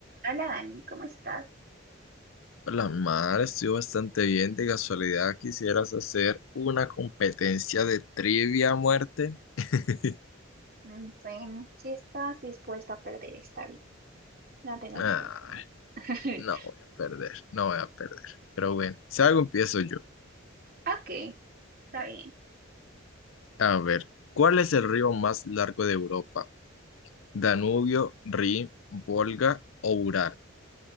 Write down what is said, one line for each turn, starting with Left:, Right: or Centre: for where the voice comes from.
Right: Hola Dani, ¿cómo estás?
Left: La mar, estoy bastante bien. De casualidad, ¿quisieras hacer una competencia de trivia a muerte? <laughs>
Right: Mm, Bueno, si estás dispuesta a perder esta vida, no tengo
Left: Ay,
Right: ningún problema. <laughs>
Left: no voy a perder, no voy a perder. Pero bueno, si algo empiezo yo.
Right: Ok, está bien.
Left: A ver, ¿cuál es el río más largo de Europa? ¿Danubio, Rin, Volga o Ural?